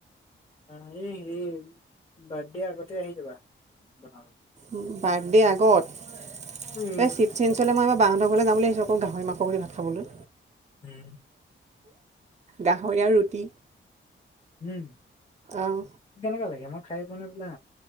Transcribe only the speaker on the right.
উম বাৰ্থদে আগত
এ চি চিনচলে মই মই বাহঁতৰ ঘৰলে যাম বুলি ভাবিছোঁ আকৌ গাহৰি মাংস কৰি ভাত খাবলৈ।
গাহৰি আৰু ৰুটি।
অঁ